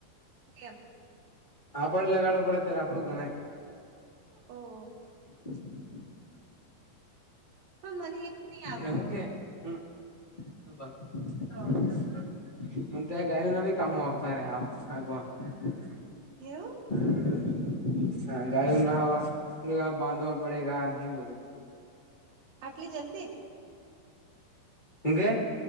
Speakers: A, on the right; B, on the left.
A: કેમ
B: આપડે લગાડવો પડે અત્યારે આપડું ગણાય
A: ઓહ
B: <inaudible>
A: પણ મને હિત નહી આવડ
B: એવું કે <unintelligible> <unintelligible>
A: એવું
B: <inaudible> હા ગાયું ના હવા બાંધવા પડે ગ નહ બધું
A: આટલી જલ્દી
B: હું કે